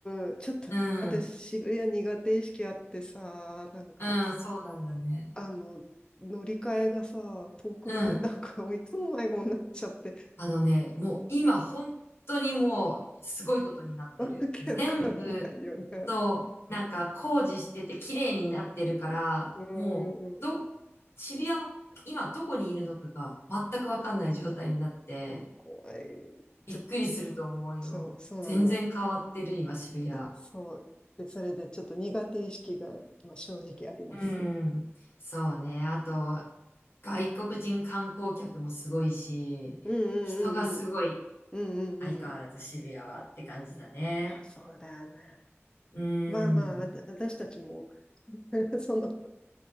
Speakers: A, on the left (about 20°); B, on the left (about 60°).
A: うーん、ちょっと、
B: うん。
A: 私、渋谷苦手意識あってさ、なんか、
B: うん、そうなんだね。
A: あの、乗り換えがさ、遠くない
B: うん。
A: <laughs> なんか、いつも迷子になっちゃって、
B: あのね、
A: なんか、
B: もう今本当にもうすごいことになってる。
A: わけわかんないよね。
B: 全部となんか工事してて綺麗になってるから、
A: うーん、
B: もうど、
A: ん
B: 渋谷の今どこにいるのかが全くわかんない状態になって、
A: 怖い。
B: びっくりすると思うよ。
A: ちょ、そう、そうなの。
B: 全然変わってる、今、渋谷。
A: そう。で、それでちょっと苦手意識がまあ正直あります。
B: うん。そうね。あと、外国人観光客もすごいし、
A: うん
B: 人がすごい、
A: うんうんうん。うんうんうん。
B: 相変わらず渋谷はって感じだね。
A: いや、そうだな。
B: うん。
A: まあまあ、わた私たちも <laughs> その、